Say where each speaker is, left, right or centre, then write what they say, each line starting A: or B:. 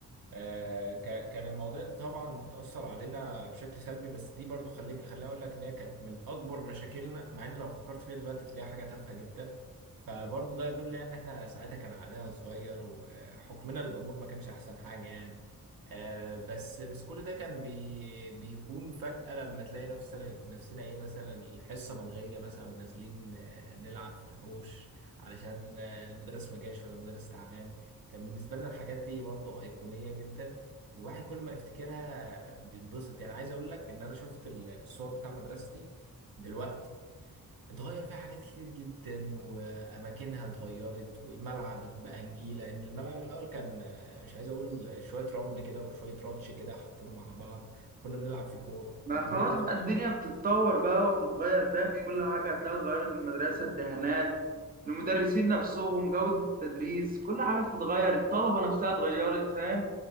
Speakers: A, on the right; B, on the right.
A: آه، ك- كان المواضيع دي طبعا بتأثر علينا بشكل سلبي بس دي برضو خليك خليني أقول لك إن هي كانت من أكبر مشاكلنا مع إن لو فكرت فيها دلوقتي تلاقيها حاجة تافهة جدا فبرضو ده يدل يعني إن إحنا ساعتها كان عقلنا صغير وحكمنا للأمور ما كانش أحسن حاجة يعني آه، بس بس كل ده كان بي بيهون فجأة لما تلاقي نفسنا نفسنا إيه مثلا الحصة ملغية مثلا ونازلين آه، نلعب في الحوش علشان آه، المدرس ما جاش ولا المدرس تعبان كان بالنسبة لنا الحاجات دي برضو أيقونية جدا والواحد كل ما يفتكرها بيتبسط يعني عايز أقول لك إن أنا شفت ال- الصور بتاع مدرستي دلوقتي اتغير فيها حاجات كتير جدا وأماكنها اتغيرت والملعب بقى نجيلة إن الملعب الأول كان آه، مش عايز أقول شوية رمل كده وشوية راتش كده حاطينهم على بعض كنا بنلعب فيه كورة
B: ما
A: وجونين
B: خلاص
A: وخلاص
B: بقى الدنيا بتتطور بقى وبتتغير فاهم في كل حاجة هتلاقي اتغيرت المدرسة الدهانات المدرسين نفسهم جودة التدريس كل حاجة بتتغير الطلبة نفسها اتغيرت فاهم